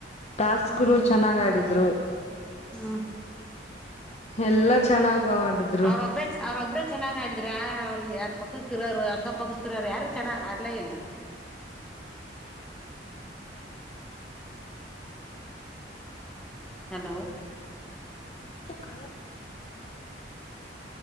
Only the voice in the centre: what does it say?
ಹ್ಮ್
ಹ್ಮ್
ಅವ್ರೊಬ್ ಅವ್ರೊಬ್ಬ್ರ ಚೆನ್ನಾಗ ಆಡಿದ್ರ ಯಾರ ಪಕ್ಕಕ್ಕ ಇರೋರು ಅಕ್ಕ ಪಕ್ಕಕ್ಕ ಇರೋರು ಯಾರು ಚೆನ್ನಾಗ್ ಆಡ್ಲೇ ಇಲ್ಲ ಹಲೋ